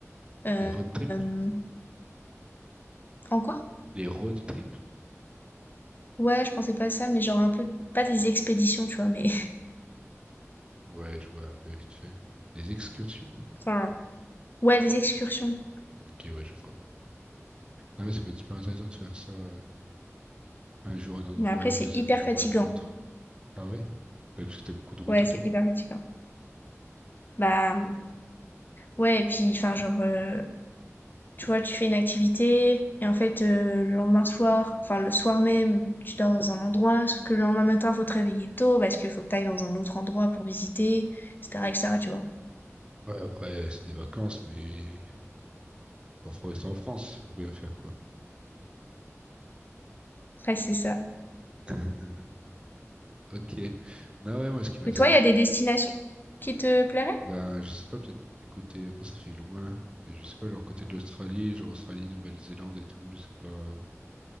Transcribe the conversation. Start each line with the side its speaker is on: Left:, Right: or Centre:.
Left: Euh,
Right: Les road trips?
Left: euh, en quoi?
Right: Les road trips?
Left: Ouais, je pensais pas à ça, mais genre un peu, pas des expéditions, tu vois, mais <laughs>
Right: Ouais, je vois un peu vite fait. Des excursions?
Left: enfin, ouais, des excursions.
Right: Ok, ouais, je vois. Non mais ça peut être super intéressant de faire ça. euh, Un jour un endroit,
Left: Mais après, c'est
Right: deuxième
Left: hyper
Right: jour
Left: fatigant.
Right: un autre. Ah ouais? Ouais, parce que t'as beaucoup de routes
Left: Ouais,
Right: et
Left: c'est
Right: tout.
Left: hyper fatigant. Bah, ouais, et puis, enfin, genre, euh, Tu vois, tu fais une activité et en fait, euh, le lendemain soir, enfin le soir même, tu dors dans un endroit, sauf que le lendemain matin, faut te réveiller tôt parce qu'il faut que t'ailles dans un autre endroit pour visiter, etc., etc., tu vois.
Right: Ouais, après, c'est des vacances, mais il faut rester en France, c'est pour bien faire, quoi.
Left: Ouais, c'est ça.
Right: <laughs> Ok. Non, ouais, moi, ce qui m'intéresse
Left: Mais toi, il y a des destinations qui te plairaient?
Right: Ben, je sais pas, peut-être du côté, après ça fait loin, mais je sais pas, genre côté de l'Australie, genre Australie, Nouvelle-Zélande et tout, je sais pas. euh.